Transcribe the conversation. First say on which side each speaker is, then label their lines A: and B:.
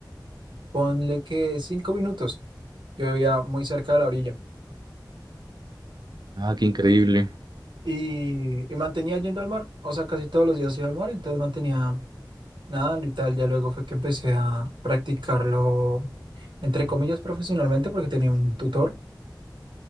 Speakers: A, on the right; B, on the right.
A: ponle que cinco minutos. Yo vivía muy cerca de la orilla
B: Ah, qué increíble.
A: y, y mantenía yendo al mar, o sea, casi todos los días iba al mar, entonces mantenía nadando y tal. Ya luego fue que empecé a practicarlo, entre comillas, profesionalmente, porque tenía un tutor.